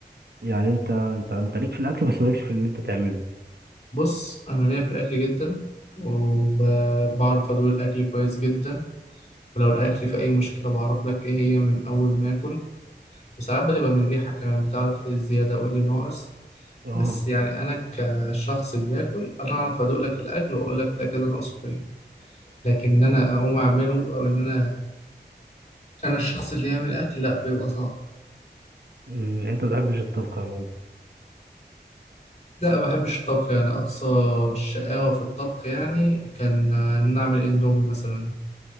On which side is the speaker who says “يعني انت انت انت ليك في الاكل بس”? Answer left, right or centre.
Right